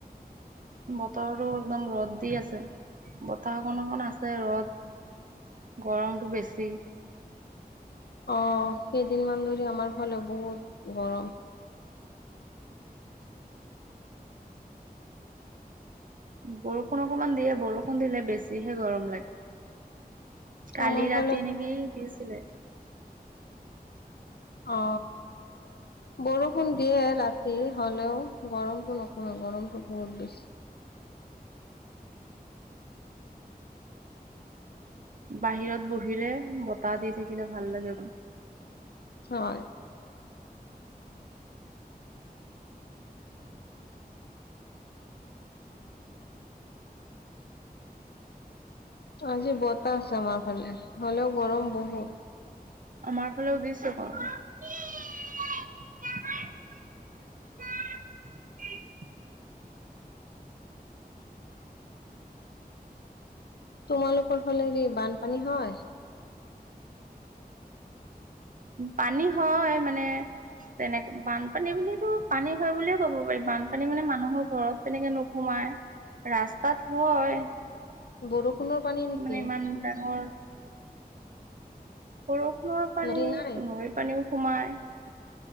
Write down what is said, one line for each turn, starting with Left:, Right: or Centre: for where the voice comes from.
Right: বতৰটো একদম ৰ'দ দি আছে। বতাহকণ অকন আছে ৰ'দ গৰমটো বেছি।
Left: অহ কেইদিনমান ধৰি আমাৰ ফালে বহুত গৰম।
Right: বৰষুণ অকণমান দিয়ে বৰষুণ দিলে বেছিহে গৰম লাগে। কালি
Left: আমাৰ
Right: ৰাতি
Left: ফালে
Right: নেকি দিছিলে।
Left: অ বৰষুণ দিয়ে ৰাতি। তি হ'লেও গৰমতটো নকমে গৰমতটো বহুত বেছি।
Right: বাহিৰত বহিলে বতাহ দি থাকিলে ভাল লাগে।
Left: হয়। আজি বতাহ আছে আমাৰ ফালে হ'লেও গৰম বহুত।
Right: আমাৰ ফালেও দিছে ক <unintelligible>
Left: তোমালোকৰ ফালে হ বানপানী হয়?
Right: পানী হয় মানে তেনেকে বানপানী বুলিতো পানী হয় বুলিয়ে ক'ব পাৰি। বানপানী মানে মানুহৰ ঘৰত তেনেকে নোসোমায়। ৰাস্তাত হয়
Left: বৰষুণৰ পানী নেকি?
Right: মানে ইমান ডাঙৰ বৰষুণৰ পানী
Left: নদী নাই
Right: নৈৰ পানীও। সোমাই